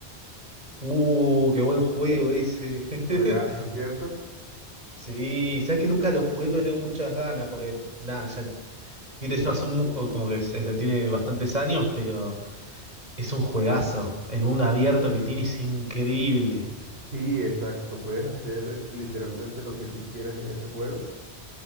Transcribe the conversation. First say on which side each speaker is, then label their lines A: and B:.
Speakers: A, on the right; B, on the right.
A: Uh, qué buen juego ese. <laughs>
B: Juegazo, ¿cierto?
A: Sí, sabes que nunca lo jugué, pero tengo muchas ganas, porque nada, ya Y te llevas un mu- como que se- tiene bastantes años, pero es un juegazo. El mundo abierto que tiene es increíble.
B: Sí, exacto. Puedes hacer literalmente lo que tú quieras en ese juego